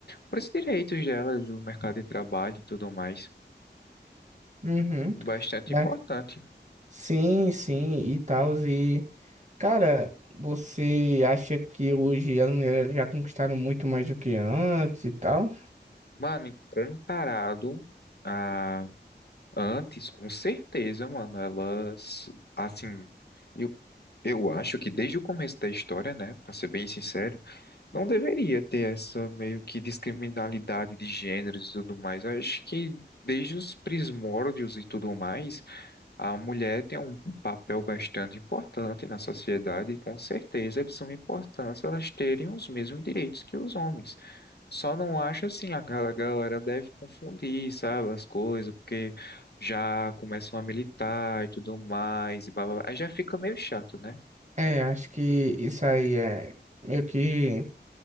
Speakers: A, on the left (about 60°); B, on the right (about 40°).
A: para os direitos delas no mercado de trabalho e tudo mais.
B: Uhum.
A: Bastante
B: É.
A: importante.
B: Sim, sim, e tal, Cara, você acha que hoje as mulheres já conquistaram muito mais do que antes e tal?
A: Mano, e comparado a antes, com certeza, mano, elas, assim, eu, eu acho que desde o começo da história, né, para ser bem sincero, não deveria ter essa meio que discriminalidade de gêneros e tudo mais. Eu acho que desde os primórdios e tudo mais, A mulher tem um papel bastante importante na sociedade e com certeza é de suma importância elas terem os mesmos direitos que os homens. Só não acho assim, a gal- a galera deve confundir, sabe, as coisas, porque já começam a militar e tudo mais, e blá, blá, blá. Aí já fica meio chato, né?
B: É, acho que isso aí é meio que